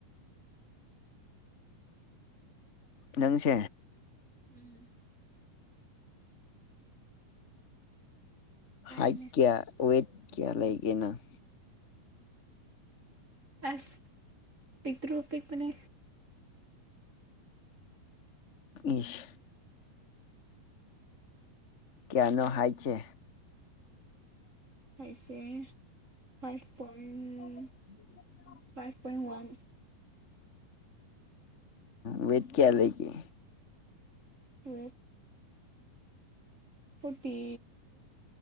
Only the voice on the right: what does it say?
ꯎꯝ ꯇꯥꯏꯅꯦ
ꯑꯁ ꯄꯤꯛꯇ꯭ꯔꯨ ꯄꯤꯛꯄꯅꯦ
ꯑꯩꯁꯦ ꯐꯥꯏꯚ ꯄꯣꯏꯟ
ꯐꯥꯏꯚ ꯄꯣꯏꯟ ꯋꯥꯟ
ꯍ ꯐꯣꯔꯇꯤ